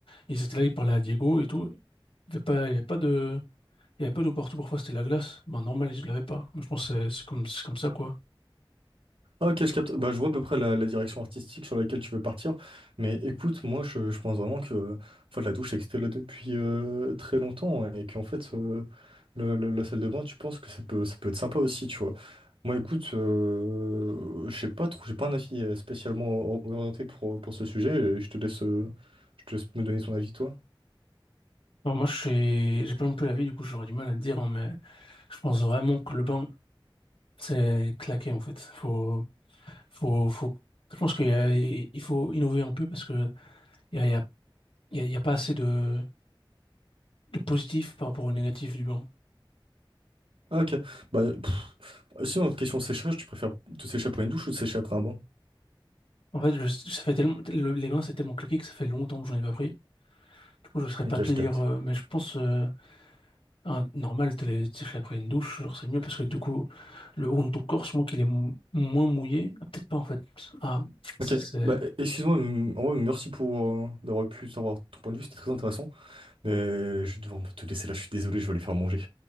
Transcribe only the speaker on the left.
ils étaient là, ils parlaient à Diego et tout. Il n'y avait pas, il y avait pas de. Il n'y avait pas d'eau partout, parfois c'était la glace. ben normal, je l'avais pas. Moi, je pense que c'est c'est comme, c'est comme ça, quoi.
Bon, moi, je suis, j'ai pas non plus la vie, du coup, j'aurais du mal à le dire, hein, mais je pense vraiment que le bain, c'est claqué, en fait. Faut, faut, faut, je pense qu'il y a- il faut innover un peu parce que il y a, il y a, il y a il y a pas assez de, de positif par rapport au négatif du bain.
En fait, je- ça fait tellement, le- les bains, c'est tellement claqué que ça fait longtemps que j'en ai pas pris. Du coup, je saurais pas
te dire,
euh, mais je pense, euh, Ah, normal, t'es les- t'es fait après une douche, genre c'est mieux parce que du coup, le haut de ton corps, je pense qu'il est m- moins mouillé. Ah, peut-être pas en fait. Ah, c'est...
c'est-